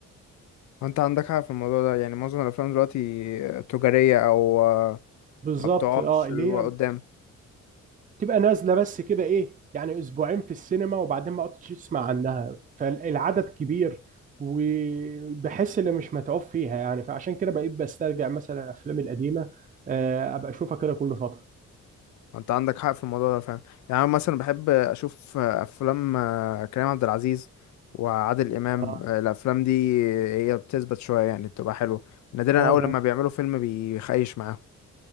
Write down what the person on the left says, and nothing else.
انت عندك حاجه في الموضوع ده يعني معظم الافلام دلوقتي تجاريه او آه،
ما بتقعدش
اللي
قدام
انت عندك حق في الموضوع ده فعلا يعني انا مثلا بحب اشوف افلام آه، كريم عبد العزيز وعادل امام
آه، الافلام دي هي بتثبت شويه يعني بتبقى حلوه نادرا
اول
لما بيعملوا فيلم بيخيش معاهم